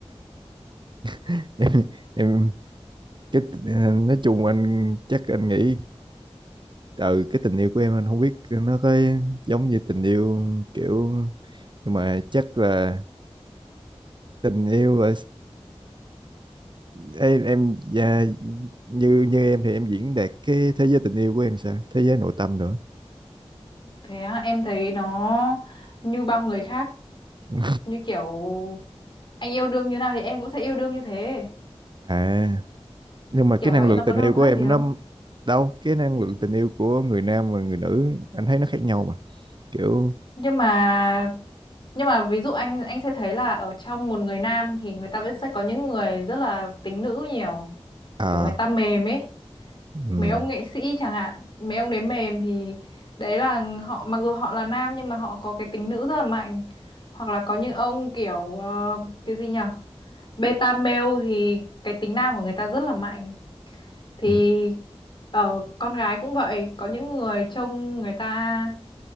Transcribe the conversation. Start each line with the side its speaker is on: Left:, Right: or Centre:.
Right: <laughs> Em, em cái ờ, nói chung anh chắc anh nghĩ ừ cái tình yêu của em anh không biết nó có giống như tình yêu kiểu nhưng mà chắc là tình yêu là em, em dạ, như như em thì em diễn đạt cái thế giới tình yêu của em sao? Thế giới nội tâm nữa.
Left: thế á, em thấy nó như bao người khác
Right: Ừ.
Left: như kiểu anh yêu đương như nào thì em cũng sẽ yêu đương như thế
Right: À, nhưng mà
Left: kiểu
Right: cái năng
Left: vậy
Right: lượng
Left: nó có
Right: tình
Left: đâu
Right: yêu của
Left: khác
Right: em
Left: gì đâu
Right: nó đâu, cái năng lượng tình yêu của người nam và người nữ anh thấy nó khác nhau mà. Kiểu
Left: nhưng mà nhưng mà ví dụ anh anh sẽ thấy là ở trong một người nam thì người ta vẫn sẽ có những người rất là tính nữ nhiều
Right: à
Left: kiểu người ta mềm ấy
Right: ừm,
Left: mấy ông nghệ sĩ chẳng hạn mấy ông đấy mềm thì đấy là họ mặc dù họ là nam nhưng mà họ có cái tính nữ rất là mạnh hoặc là có những ông kiểu ờ, cái gì nhở beta male thì cái tính nam của người ta rất là mạnh thì
Right: ừm,
Left: ở con gái cũng vậy có những người trông người ta